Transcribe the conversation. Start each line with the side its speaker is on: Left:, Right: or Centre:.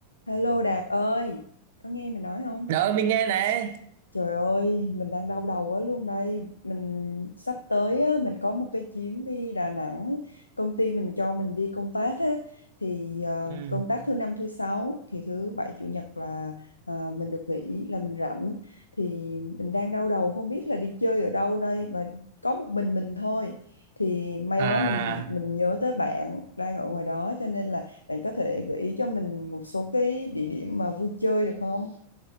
Left: Hello Đạt ơi, có nghe mình nói không?
Right: Rồi mình nghe này.
Left: Trời ơi, mình đang đau đầu quá luôn đây. Mình sắp tới á, mình có một cái chuyến đi Đà Nẵng. Công ty mình cho mình đi công tác á, thì ờ,
Right: Ừ.
Left: công tác thứ năm thứ sáu thì thứ bảy chủ nhật là ờ, mình được nghỉ là mình rảnh. Thì mình đang đau đầu không biết là đi chơi ở đâu đây mà có một mình mình thôi. Thì may
Right: À,
Left: quá mình mình nhớ tới bạn đang ở ngoài đó cho nên là bạn có thể gợi ý cho mình một số cái địa điểm mà vui chơi được không?